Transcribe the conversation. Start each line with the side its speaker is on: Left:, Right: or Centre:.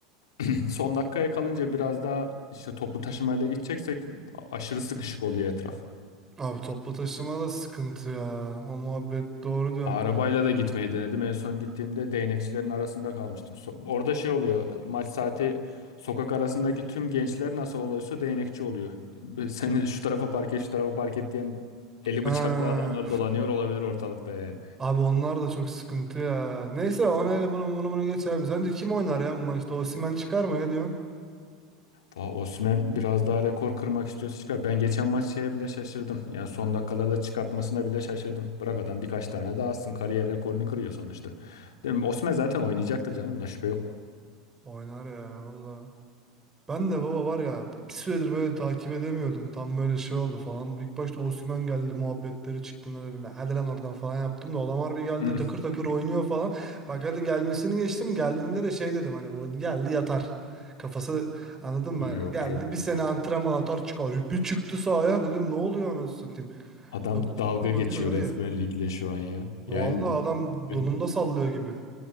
Left: <clears throat> Son dakikaya kalınca biraz daha işte toplu taşımayla gideceksek a- aşırı sıkışık oluyor etraf.
Right: Abi toplu taşıma da sıkıntı ya. O muhabbet doğru diyorsun.
Left: Arabayla da gitmeyi denedim. En son gittiğimde değnekçilerin arasında kalmıştım. So- orada şey oluyor. Maç saati sokak arasındaki tüm gençler nasıl oluyorsa değnekçi oluyor. Seni şu tarafa park et, şu tarafa park et diyen eli
Right: Ha.
Left: bıçaklı adamlar dolanıyor olabilir ortalıkta yani.
Right: Abi onlar da çok sıkıntı ya. Neyse ona hele bunu bunu bunu geç abi. Sence kim oynar ya bu maçta? Osimhen çıkar mı ne diyorsun?
Left: Va- Osimhen biraz daha rekor kırmak istiyorsa çıkar. Ben geçen maç şeye bile şaşırdım. Yani son dakikalarda çıkartmasına bile şaşırdım. Bırak adam birkaç tane daha atsın. Kariyer rekorunu kırıyor sonuçta. Değil mi? Osimhen zaten oynayacaktır canım. Buna şüphe yok.
Right: Oynar ya valla. Ben de baba var ya bir süredir böyle takip edemiyordum. Tam böyle şey oldu falan. İlk başta Osimhen geldi muhabbetleri çıktığında dedim ya hadi lan oradan falan yaptım da adam bir geldi
Left: <laughs>
Right: takır takır oynuyor falan. Bak hadi gelmesini geçtim geldiğinde de şey dedim hani bu geldi yatar. Kafası anladın mı?
Left: Yok
Right: Geldi
Left: yok.
Right: bir sene antrenman atar çıkar. Bir çıktı sahaya dedim ne oluyor anasını satayım.
Left: Adam
Right: Takır
Left: dalga
Right: takır
Left: geçiyor
Right: oynuyor dayı.
Left: resmen ligle şu an ya.
Right: Vallahi
Left: Yani
Right: adam
Left: e,
Right: donunda sallıyor gibi.